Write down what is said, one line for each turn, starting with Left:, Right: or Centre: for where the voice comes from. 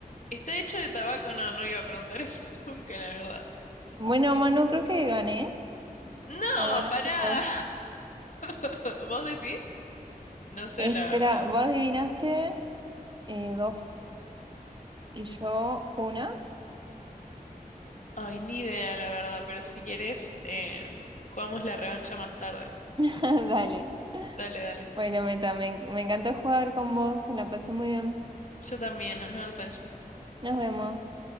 Left: ¿Está hecho de tabaco? No, no iba a preguntar eso <laughs> nunca, la verdad.
Right: Bueno, Manu, creo que gané.
Left: No,
Right: No ganaste
Left: pará.
Right: vos.
Left: <laughs> ¿Vos decís? No sé,
Right: Espera,
Left: la verdad.
Right: vos adivinaste eh, dos y yo una.
Left: Ay, ni idea, la verdad, pero si querés, eh, jugamos la revancha más tarde.
Right: <laughs> Dale.
Left: Dale, dale.
Right: Bueno, Meta, me, en- me encantó jugar con vos, la pasé muy bien.
Left: Yo también, nos vemos, Angie.
Right: Nos vemos.